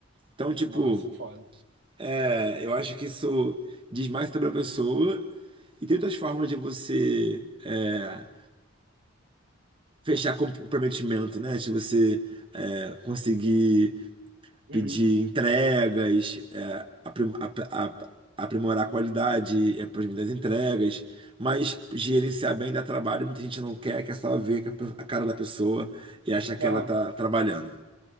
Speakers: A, on the right (about 25°); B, on the right (about 65°).
A: Então, tipo,
B: Nossa, foda.
A: é, eu acho que isso diz mais sobre a pessoa E tem outras formas de você é, fechar com- comprometimento, né? De você é, conseguir
B: Uhum.
A: pedir entregas, é, aprim- ap- ap- aprimorar a qualidade, é, por exemplo, das entregas, mas gerenciar bem dá trabalho. Muita gente não quer, quer só ver que a pe- a cara da pessoa e achar que
B: Aham.
A: ela tá trabalhando.